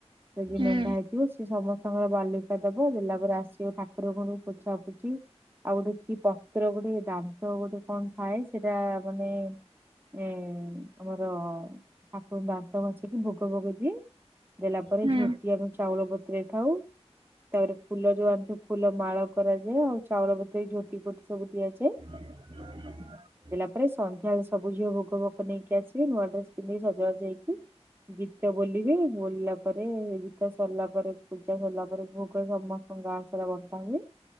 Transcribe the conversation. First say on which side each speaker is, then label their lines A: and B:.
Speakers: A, on the right; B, on the right.
A: ତଯିଏ
B: ହୁଁ
A: ମେଣ୍ଢା ହେଇଥିବ ସିଏ ସମସ୍ତଙ୍କର ବାଲୁକା ଦବ ଦେଲା ପରେ ଆସିବ ଠାକୁରଙ୍କଣଙ୍କୁ ପୋଛା ପୁଛିି ଆଉ ଗୋଟେ କି ପତ୍ର ଗୋଟେ ଦାନ୍ତ ଗୋଟେ କଣ ଥାଏ ସେଟା ମାନେ ଏ ଆମର ଠାକୁରଙ୍କୁ ଦାନ୍ତ ଘସିକି ଭୋଗ ଫୋଗେଦିଏ ଦେଲା ପରେ
B: ହୁଁ
A: ଝୋଟି ଆମେ ଚାଉଳ ବତରେଇ ଥାଉ। ତାପରେ ଫୁଲ ଯୋଉ ଆଣିଥିବ ଫୁଲ ମାଳ କରାଯାଏ ଆଉ ଚାଉଳ ଭେଦେଇ ଝୋଟି ଫୋଟି ସବୁ ଦିଆଯାଏ।
B: <inaudible>
A: ଦେଲା ପରେ ସଧ୍ୟାବେଳେ ସବୁ ଝିଅ ଭୋଗ ଫୋଗ ନେଇକି ଆସିବେ ନୂଆ ଡ୍ରେସ୍ ପିନ୍ଧିକି ସଜବାଜ ହେଇକି ଗୀତ ବୋଲିବେ ବୋଲିଲା ପରେ ଗୀତ ସରିଲା ପରେ ପୂଜା ସରିଲା ପରେ ଭୋଗ ପୁରା ସମସ୍ତଙ୍କ ଗାଁସାରା ବଣ୍ଟା ହୁଏ